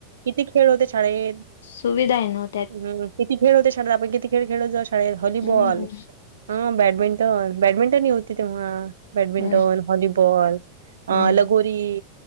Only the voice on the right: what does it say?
किती खेळलो त्या शाळेत.
हम्म हम्म, किती खेळ त्या शाळेत आपण किती खेळ खेळत होते शाळेत व्हॉलीबॉल.
हा, बॅडमिंटन बॅडमिंटन ह होती तेव्हा. बॅडमिंटन
हॉलीबॉल
अ लगोरी.